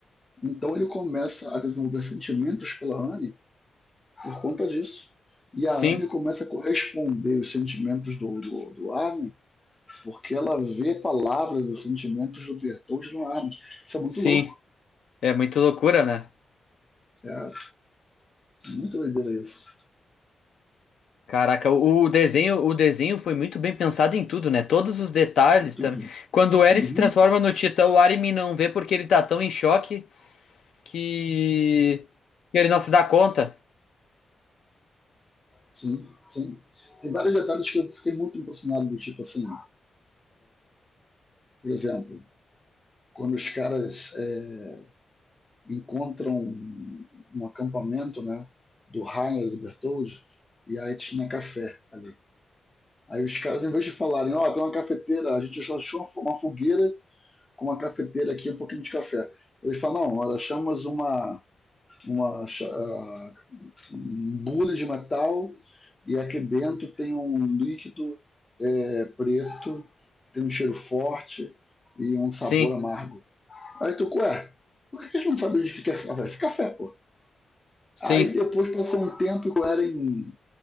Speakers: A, on the left; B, on the left.
A: Então ele começa a desenvolver sentimentos pela Anne por conta disso. E
B: Sim,
A: a Anne começa a corresponder os sentimentos do, do, do Armin, porque ela vê palavras e sentimentos do Bertold no Armin. Isso é muito
B: sim.
A: louco.
B: É muito loucura, né?
A: É é muito doideira isso.
B: Caraca, o o desenho, o desenho foi muito bem pensado em tudo, né? Todos os detalhes
A: Tudo.
B: também. Quando o
A: Uhum.
B: Eren se transforma no Titã, o Armin não vê porque ele tá tão em choque que que ele não se dá conta.
A: Sim, sim. Tem vários detalhes que eu fiquei muito impressionado, do tipo assim, por exemplo, quando os caras é, encontram um, um acampamento, né, do Rainer, do Bertoldi, e aí tinha café ali. Aí os caras, em vez de falarem, ó, tem uma cafeteira, a gente achou uma fogueira com uma cafeteira aqui, um pouquinho de café. Eles falam, não, nós achamos uma, uma uh, um bule de metal e aqui dentro tem um líquido é, preto, tem um cheiro forte e um sabor
B: Sim,
A: amargo. Aí tu, ué, por que a gente não sabe o que é café? Esse café, pô.
B: sim,
A: Aí depois passou um tempo e o Eren